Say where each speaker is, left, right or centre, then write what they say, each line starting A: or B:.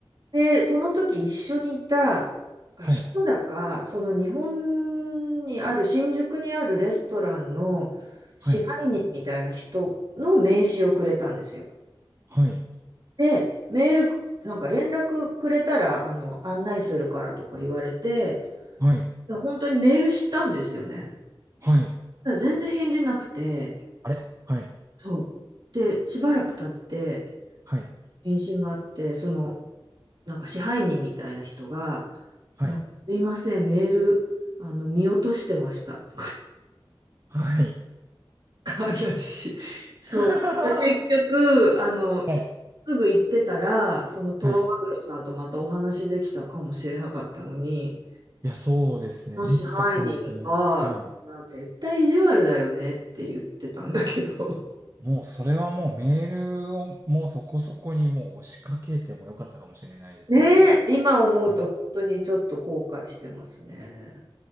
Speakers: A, on the right; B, on the right.
A: で、その時一緒にいた人だか、
B: はい。
A: その日本にある、新宿にあるレストランの支配人みたいな人の名刺をくれたんですよ。
B: はい。はい。
A: で、メールなんか連絡くれたら、あの、案内するからとか言われて、
B: はい。
A: で本当にメールしたんですよね。
B: はい。
A: ただ全然返事なくて、
B: あれはい。
A: そう。で、しばらく経って、
B: はい。
A: 返信があって、その、なんか支配人みたいな人が、
B: はい。
A: なんかすいません、メール、あの、見落としてました。とか
B: はい。
A: <laughs> 悲しい。そう。
B: <laughs> は
A: 結局、あの、
B: い。
A: すぐ行ってたら、そのトロマグロさんとまたお話できたかもしれなかったのに、
B: はい。いや、そうですね。
A: その支配人が、
B: できた可能性。はい。
A: まあ絶対意地悪だよねって言ってたんだけど。<laughs>
B: もう、それはもうメールをもうそこそこにもう押しかけてもよかったかもしれないですね。
A: ねえ、今思うと本当にちょっと後悔してますね。
B: はい。